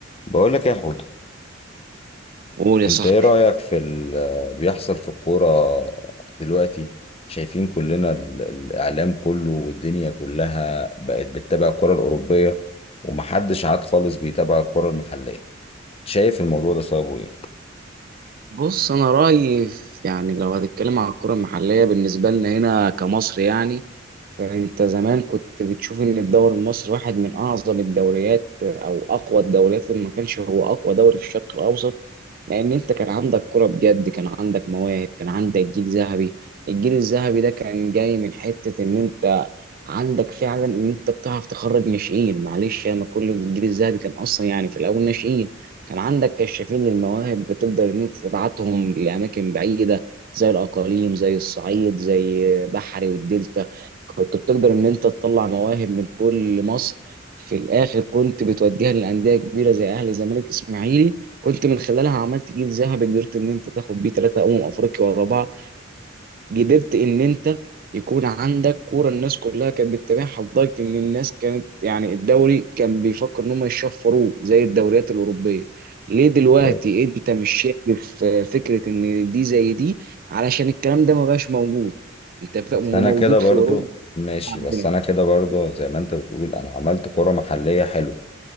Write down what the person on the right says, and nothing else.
قول يا
صاحبي
بص انا رايي في- يعني لو هتتكلم عن الكره المحليه بالنسبه لنا هنا كمصر يعني فانت زمان كنت بتشوف ان الدوري المصري واحد من اعظم الدوريات او اقوى الدوريات اللي ما كانش هو اقوى دوري في الشرق الاوسط لان انت كان عندك كره بجد كان عندك مواهب كان عندك جيل ذهبي الجيل الذهبي ده كان جاي من حته ان انت عندك فعلا ان انت بتعرف تخرج ناشئين معلش انا كل الجيل الذهبي كان اصلا يعني في الاول ناشئين كان عندك كشافين للمواهب بتقدر ان انت تبعتهم لاماكن بعيده زي الاقاليم زي الصعيد زي بحري والدلتا كنت بتقدر ان انت تطلع مواهب من كل مصر في الاخر كنت بتوديها لانديه كبيره زي اهلي زمالك اسماعيلي كنت من خلالها عملت جيل ذهبي قدرت ان انت تاخد بيه ثلاثه امم افريقيا ورا بعض قدرت ان انت يكون عندك كوره الناس كلها كانت بتتابعها لدرجه ان الناس كانت يعني الدوري كان بيفكر ان هم يشفروه زي الدوريات الاوروبيه ليه دلوقتي
انت مش شايف آه، فكره ان دي زي دي علشان الكلام ده ما بقاش موجود انت فاهم
هو
موجود
في اوروبا
عندنا